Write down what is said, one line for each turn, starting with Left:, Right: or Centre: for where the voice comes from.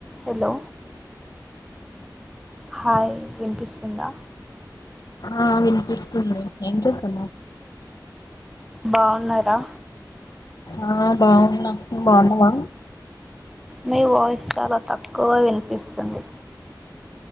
Centre: Hello hi వినిపిస్తుందా
Left: ఆ వినిపిస్తుంది ఏం చేస్తున్నా
Centre: బాగున్నారా
Left: ఆ బాగున్నా బాగున్నావా
Centre: మీ వాయిస్ చాలా తక్కువ వినిపిస్తుంది